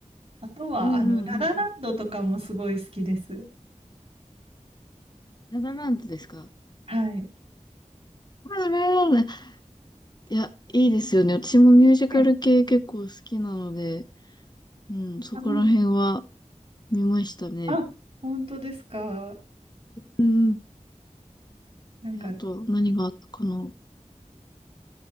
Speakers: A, on the right; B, on the left.
A: あとは、
B: うんうんうん。
A: あの、ララランドとかもすごい好きです。
B: ララランドですか
A: はい。
B: ララランド。いや、いいですよね。私もミュージカル系結構好きなので、
A: え
B: うん、そこら辺は
A: あ、ほん、
B: 見ましたね。
A: あ、本当ですか。
B: うん
A: なんか、
B: えあと、何があったかな。